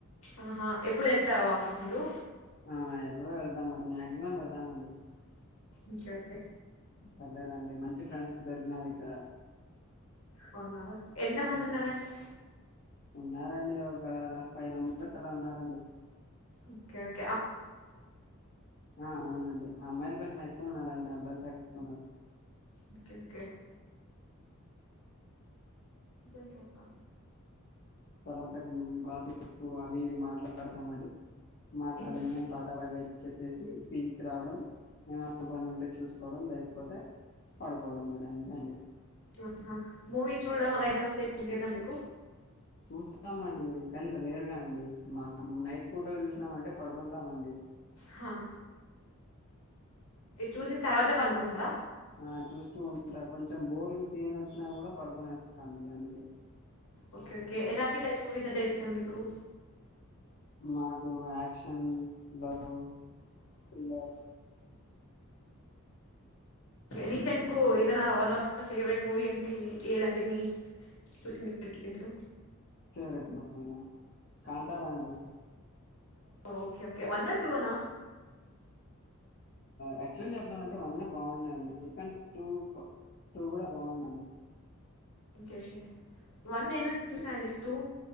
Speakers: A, on the left; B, on the left.
A: ఆహా ఎప్పుడు వెళ్తారా వాకింగ్ మీరు
B: ఆ ఎప్పుడో వెళ్తామండి మాక్సిమం వెళ్తామండి
A: ఓకే ఓకే
B: పర్లేదండి మంచి ఫ్రెండ్స్ దొరికినారికినారు ఇక్కడ
A: అవునా! ఎంత మందున్నారండి?
B: ఉమ్ ఉన్నారండి ఒక ఫైవ్ మెంబర్స్ అలా ఉన్నారండి
A: ఓకేే ఓక్
B: ఆ అవునండి ఆ అమ్మాయిలు కొంచెం ఎక్కువ ఉన్నారురండి అబ్బాయిలు తక్కువన్నారు
A: ఓకే ఓకే పోయిన్నవా
B: తర్వాత గాసేపు అవి ఇవి మాట్లాడాతామ అండి మాట్లాడిందేం
A: ఏంటి
B: టాటా బాయ్ బాయ్ చెప్పేసి పీజీకి రావడం ఏమైనా పని ఉంటే చూసు కోవడం లేకపోతే పడుకోవడం అని అంతే అండి
A: ఆహా మూవీ చూడం అలా ఇంట్రెస్ట్ ఏం లేదా మీకు?
B: చూస్తామండి కానీ రేర్ గా అండి మ నైట్ పూటలు చూసినాం అంటే పడుకుంటాం అండి
A: హా చూసి తర్వాత పనుకుంటారా
B: ఆ చూస్తూ ఉంటా కొంచెం బోరింగ్ సీన్ వచ్చినా కూడా పడుకొనేస్తాండి అందుకే
A: ఓకే ఓకే ఎలా టైప్ మూవీస్ అంటే ఇష్టం మీకు.
B: మాకు యాక్షన్ లో్రిల్లర్.
A: రీసెంట్ కు ఏదైనా one of the favourite movie అంటే ఏదండి మీ. చూసింది దీంట్లో.
B: ఫేవరెట్ మూవీనా కాంతారా అండి.
A: ఓఓకే ఓకే వన్ నా ూ అనా.
B: యాక్చువల్ చెప్పడంాలంటే వన్నే బాగున్నాయండి కా టూ. టూవ కూడా బాగుందండి.
A: చే సే. వన్ నేను చూసాండి టూ